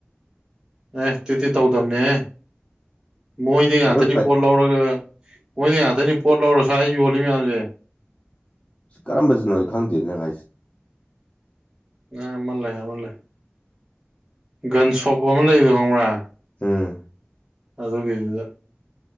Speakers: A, on the right (about 15°); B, on the left (about 30°).
A: ꯑꯦ ꯇꯤꯇꯤ ꯇꯧꯗꯝꯕꯅꯦ ꯑꯦꯦ ꯃꯣꯏꯗꯤ ꯉꯥꯛꯇꯅꯤ
B: ꯄꯣꯔ ꯄꯩ
A: ꯄꯣꯠ ꯂꯧꯔꯒ ꯃꯣꯏꯗꯤ ꯉꯥꯛꯇꯅꯤ ꯄꯣꯠ ꯂꯧꯔꯁ ꯑꯩ ꯌꯣꯜꯂꯤ ꯃꯌꯥꯝꯁꯦ
B: ꯁꯤ ꯀꯔꯝꯕꯕꯁꯤꯅꯣ ꯑꯩ ꯈꯪꯗꯦ ꯅꯪ ꯍꯥꯏꯁꯤ
A: ꯑꯃꯜ ꯂꯩ ꯑꯃꯃꯜ ꯂꯩꯦ ꯒꯟ ꯁꯣꯞ ꯑꯃ ꯂꯩꯒ ꯈꯪꯕ꯭ꯔꯥ
B: ꯑꯝ
A: ꯑꯗꯔꯒꯗꯨꯗ